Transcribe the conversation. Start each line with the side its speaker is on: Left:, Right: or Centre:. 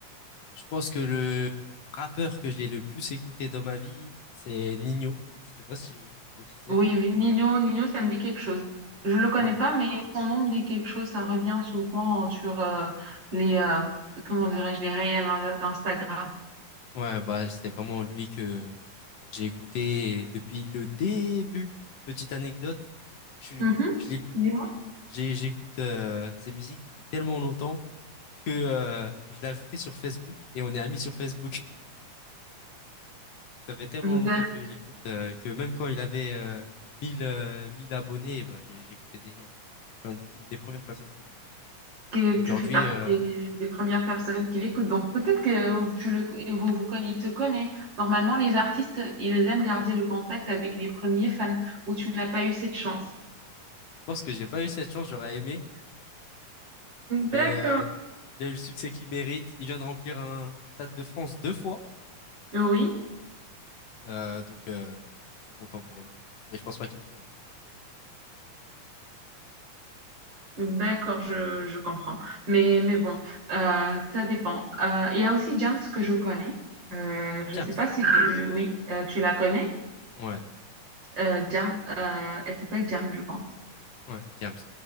Left: Je pense que le rappeur que j'ai le plus écouté dans ma vie, c'est Nino. Je sais pas si tu vois qui c'est.
Right: Oui, oui, Nino, Nino, ça me dit quelque chose. Je le connais
Left: Ouais.
Right: pas, mais son nom me dit quelque chose. Ça revient souvent sur euh, les, euh, comment dirais-je, les réels euh, d'Instagram.
Left: Ouais, bah c'est vraiment lui que j'ai écouté depuis le début. Petite anecdote, je,
Right: Mhm.
Left: je l'écoute,
Right: Dis-moi.
Left: j'ai- j'écoute euh, ses musiques depuis tellement longtemps que euh, je l'ai ajouté sur Facebook et on est amis sur Facebook. <laughs> Ça fait tellement longtemps
Right: D'ac-
Left: que je l'écoute euh, que même quand il avait euh, 1000 euh, 1000 abonnés, bah j'ai- j'écoutais déjà en fait. Je suis un- une des premières personnes qui l'a écouté.
Right: Que
Left: Aujourd'hui,
Right: tu fais partie
Left: euh,
Right: des, des premières personnes qui l'écoutent. Donc peut-être que tu le, vous, vous, conna- il te connaît. Normalement, les artistes, ils aiment garder le contact avec les premiers fans où tu n'as pas eu cette chance.
Left: je pense que j'ai pas eu cette chance, j'aurais aimé, mais
Right: D'accord.
Left: euh, il a eu le succès qu'il mérite. Il vient de remplir un Stade de France deux fois,
Right: Oui.
Left: euh, donc euh, je suis content pour lui. Mais je pense pas qu'il me connaisse.
Right: D'accord, je, je comprends. Mais, mais bon, euh, ça dépend. Euh, il y a aussi Jams que je connais. Euh, je
Left: James,
Right: sais pas si tu... Oui, euh, tu la connais.
Left: ouais,
Right: Euh, Jam, euh, elle s'appelle Jam, je pense.
Left: ouais, James,